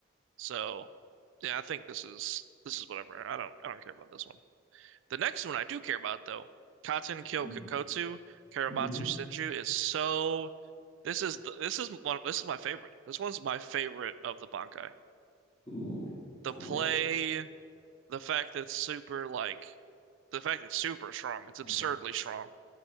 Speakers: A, on the right; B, on the left.
A: so yeah, I think this is this is whatever. I don't I don't care about this one. The next one I do care about though, Katen Kyokotsu
B: Mm,
A: Karamatsu
B: hmm
A: Senju is so. This is the, this is one this is my favorite. This one's my favorite of the Bankai.
B: Ooh,
A: The
B: cool.
A: play The fact that it's super like the fact that it's super strong, it's absurdly
B: Mm.
A: strong.